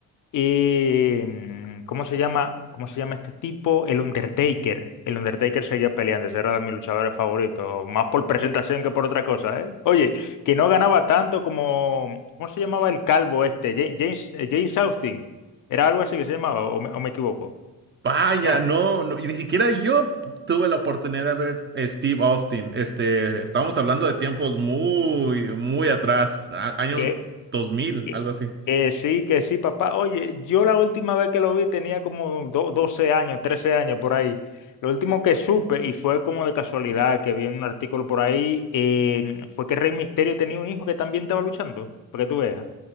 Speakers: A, on the left; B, on the right.
A: Y, mm, ¿cómo se llama? ¿Cómo se llama este tipo? El Undertaker. El Undertaker seguía peleando, ese era de mis luchadores favoritos, más por presentación que por otra cosa, ¿eh? Oye, que no ganaba tanto como, ¿cómo se llamaba el calvo este? Ja- James, eh, James Austin. ¿Era algo así que se llamaba o me, o me equivoco?
B: Vaya,
A: No,
B: no, no, y ni siquiera yo tuve la oportunidad de ver eh, Steve Austin. Este, estamos hablando de tiempos muy, muy atrás, a- año
A: que
B: 2000,
A: Que,
B: algo así.
A: que sí, que sí, papá. Oye, yo la última vez que lo vi tenía como do- 12 años, 13 años por ahí. Lo último que supe, y fue como de casualidad que vi en un artículo por ahí, eh, fue que Rey Misterio tenía un hijo que también estaba luchando, para que tú veas.